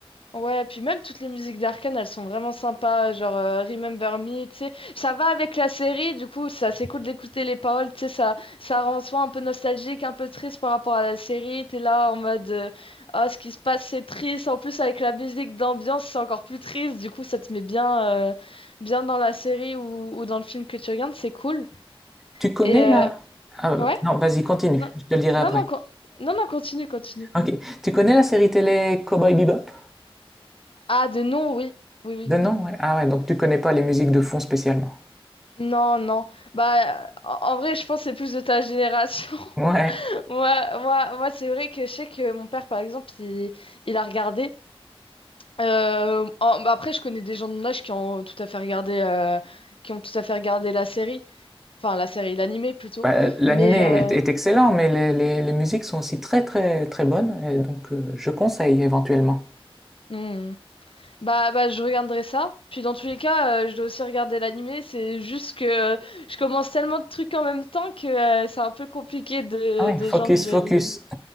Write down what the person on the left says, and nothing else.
ouais, puis même toutes les musiques d'Arkane, elles sont vraiment sympas, genre euh, Remember Me, tu sais, ça va avec la série, du coup, ça c'est cool d'écouter les paroles, tu sais, ça, ça rend soi un peu nostalgique, un peu triste par rapport à la série, t'es là en mode, euh, ah, ce qui se passe c'est triste, en plus avec la musique d'ambiance c'est encore plus triste, du coup ça te met bien, euh, bien dans la série ou, ou dans le film que tu regardes, c'est cool.
Et euh,
ouais,
non,
non,
non, con- non, non, continue, continue.
Ah, de non, oui, oui, oui.
Non, non. Bah, en en vrai, je pense que c'est plus de ta génération. <laughs>
Moi, moi, moi c'est vrai que je sais que mon père, par exemple, il, il a regardé. Euh, en- bah après, je connais des gens de mon âge qui ont tout à fait regardé, euh, qui ont tout à fait regardé la série. Enfin, la série, l'animé plutôt.
Mais euh,
hmm. Bah, bah, je regarderai ça. Puis dans tous les cas, euh, je dois aussi regarder l'animé. C'est juste que euh, je commence tellement de trucs en même temps que euh, c'est un peu compliqué de,
de
joindre le,